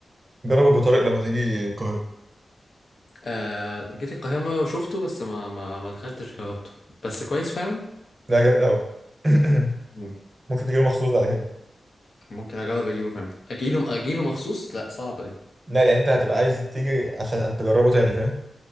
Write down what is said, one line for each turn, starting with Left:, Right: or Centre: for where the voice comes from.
Right: جرب ابو طارق لما تيجي القاهره
Left: أه جيت القاهرة مرة وشفته بس ما ما ما دخلتش جربته بس كويس فعلا
Right: لا جامد قوي <coughs>
Left: مم.
Right: ممكن تجيله مخصوص بعد كده
Left: ممكن اجرب اجيبه فعلا اجيله اجيله مخصوص لا صعبة دي
Right: لا يعني انت هتبقى عايز تيجي عشان انت تجربه تاني فاهم